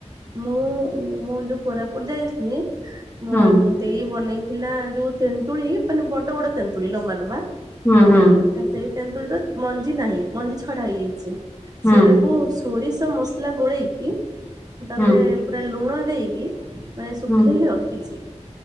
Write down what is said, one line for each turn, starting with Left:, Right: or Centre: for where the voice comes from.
Right: ମୁଁ ମୁଁ ଯୋଉ କୋରାପୁଟ ଯାଇଥିଲି ମୋ
Left: ହୁଁ
Right: ଦେଇ ବନେଇଥିଲା ଯୋଉ ତେନ୍ତୁଳି ମାନେ ବଡ ବଡ ତେନ୍ତୁଳି ଲମ୍ବା ଲମ୍ବା
Left: ହୁଁ ହୁଁ
Right: ଉଁ ସେଇ ତେନ୍ତୁଳି ର ମଞ୍ଜି ନାହିଁ ମଞ୍ଜି ଛଡା ହେଇଯାଇଛି।
Left: ହୁଁ
Right: ସେ ତାକୁ ସୋ ସୋରିଷ ମସଲା ଗୋଳେଇକି ତାପରେ
Left: ହୁଁ
Right: ପୁରା ଲୁଣ ଦେଇକି ମାନେ ଶୁଖେଇକି
Left: ହୁଁ।
Right: ରଖିଚି।